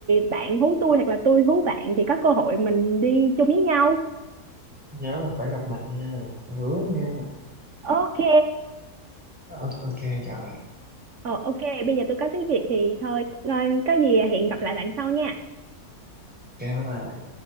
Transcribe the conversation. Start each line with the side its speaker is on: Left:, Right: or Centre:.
Right: bạn hú tôi hoặc là tôi hú bạn thì có cơ hội mình đi chung với nhau
Centre: nhớ là phải gặp mặt nha hứa nha
Right: ok
Centre: Ờ, ok chào bạn
Right: ờ, ok bây giờ tôi có tiếng Việt thì thôi ờ, có gì hẹn gặp lại bạn sau nha
Centre: ok bye bye bạn